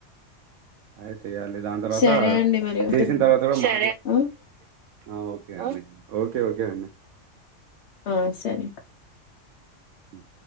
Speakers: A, on the right (about 85°); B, on the left (about 60°).
A: ఐస్. ఇగ అండి దాని తర్వాత
B: సరే అండి మరి
A: చేసిన
B: ఉంటున్నా
A: తర్వాత కూడా.
B: ఆ
A: ఆ ఓకే అండి, ఓకే ఓకే అండి.
B: ఆ సరే.
A: హ